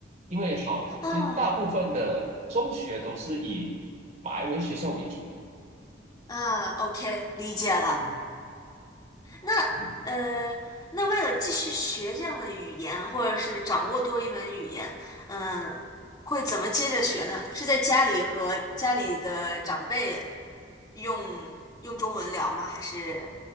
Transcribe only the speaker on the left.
啊
啊，OK，理解了。
那
呃，那为了继续学这样的语言，或者是掌握多一门语言，嗯、会怎么接着学呢？是在家里和家里的长辈用用中文聊吗？还是